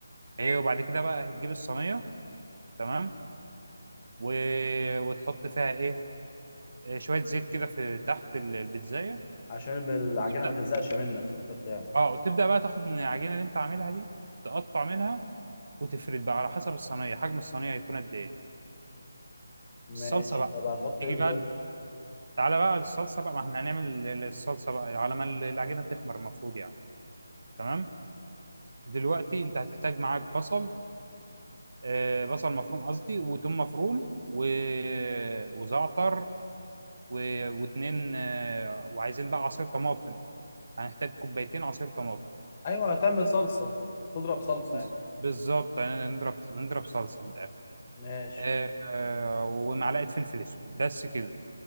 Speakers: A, on the right; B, on the left.
A: ايه وبعد كده بقى هتجيب الصينية تمام و... وتحط فيها ايه آه، شوية زيت كده في تحت ال- البيتزاية
B: عشان العجينه
A: وتبدأ
B: ما تلزقش منك وانت بتعمل
A: اه وتبدأ بقى تاخد من العجينة اللي انت عاملها دي تقطع منها وتفرد بقى على حسب الصينية حجم الصينية هيكون قد ايه
B: ماشي
A: الصلصة بقى
B: طب هتحط
A: تيجي
B: ايه
A: بقى
B: في الوش
A: تعالى بقى الصلصة بقى ما احنا هنعمل ال- الصلصة بقى على ما العجينة تخمر المفروض يعني تمام دلوقتي انت هتحتاج معاك بصل آه، بصل مفروم قصدي وتوم مفروم و... وزعتر و... واتنين آه، وعايزين بقى عصير طماطم هنحتاج كوبايتين عصير طماطم
B: ايوه هتعمل صلصه تضرب صلصه
A: بز-
B: يعني
A: بالظبط يعني نضرب نضرب صلصة من الآخر
B: ماشي
A: آه، آه، ومعلقة فلفل اسود بس كده